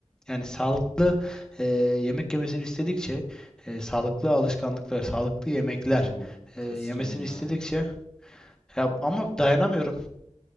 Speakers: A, in the centre; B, on the left.
A: Yani sağlıklı e, yemek yemesini istedikçe e, sağlıklı alışkanlıklar, sağlıklı yemekler
B: Onu
A: e,
B: kısacaksın
A: yemesini
B: illa.
A: istedikçe ya, ama dayanamıyorum.